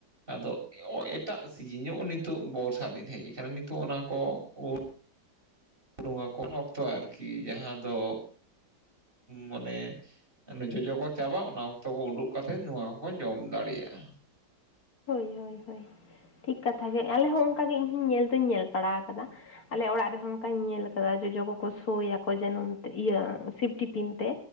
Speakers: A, on the right; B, on the left.
A: ᱟᱫᱚ ᱮᱴᱟᱜ ᱥᱤᱡᱤᱱ ᱧᱚᱜ ᱱᱤᱛᱚᱜ ᱵᱚᱨᱥᱟ ᱫᱤᱱ ᱦᱮᱡ ᱟᱠᱟᱱᱟ ᱱᱤᱛᱚᱜ ᱚᱱᱟ ᱠᱚ ᱳᱫ <unintelligible> ᱩᱱ ᱚᱠᱛᱚ ᱟᱨᱠᱤ ᱡᱟᱦᱟ ᱫᱚ ᱢᱟᱱᱮ ᱡᱚᱡᱚ ᱠᱚ ᱪᱟᱵᱟ-ᱟ ᱚᱱᱟ ᱚᱠᱛᱚ ᱠᱚ ᱩᱰᱩᱠ ᱠᱟᱛᱮᱫ ᱱᱚᱣᱟ ᱦᱚᱠᱚ ᱡᱚᱢ ᱫᱟᱲᱮᱭᱟᱜᱼᱟ᱾
B: ᱦᱳᱭ ᱦᱳᱭ ᱦᱳᱭ ᱴᱷᱤᱠ ᱠᱟᱛᱷᱟ ᱜᱮ ᱟᱞᱮ ᱦᱚ ᱚᱱᱠᱟᱜᱮ ᱤᱧᱦᱚᱸᱧ ᱧᱮᱞ ᱫᱩᱧ ᱧᱮᱞ ᱵᱟᱲᱟ ᱟᱠᱟᱫᱟ ᱟᱞᱮ ᱚᱲᱟᱜ ᱨᱮᱦᱚ ᱚᱱᱠᱟᱧ ᱧᱮᱞ ᱠᱟᱫᱟ ᱡᱚᱡᱚ ᱠᱚᱠᱚ ᱥᱳᱭᱟᱠᱚ ᱡᱟᱱᱩᱢ ᱛᱮ ᱤᱭᱟᱹ ᱥᱤᱯᱴᱤᱯᱤᱱ ᱛᱮ